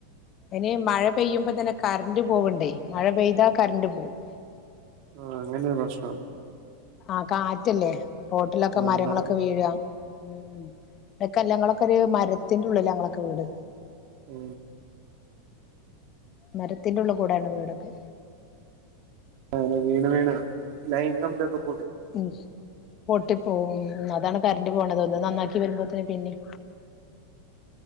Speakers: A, on the left; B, on the right.
A: ഇനി മഴ പെയ്യുമ്പോ തന്നെ കറന്റ് പോവ്ണ്ടേ മഴ പെയ്താ കറന്റ് പോവും
B: ആ അങ്ങനെരു പ്രശ്നം ഒണ്ട്
A: ആ കാറ്റല്ലേ റോട്ടിലൊക്കെ മരങ്ങളൊക്കെ
B: അതാ
A: വീഴ ഉം ഉം ഇ <unintelligible> ക്കെ <unintelligible> ങ്ങളൊക്കെ ഒരു മരത്തിന്റെ ഉള്ളിലാ ഞങ്ങളൊക്കെ വീട്
B: ഓ
A: മരത്തിന്റെ ഉള്ളു കൂടെയാണ് വീടൊക്കെ
B: അങ്ങനെ വീണ് വീണ് ലൈൻ കമ്പി ഒക്കെ
A: ഉം പൊട്ടി ഓ ഉം അതാണ് കറണ്ട് പോണത് ഒന്ന് നന്നാ ക്കി വരുമ്പോത്തിന് പിന്നിം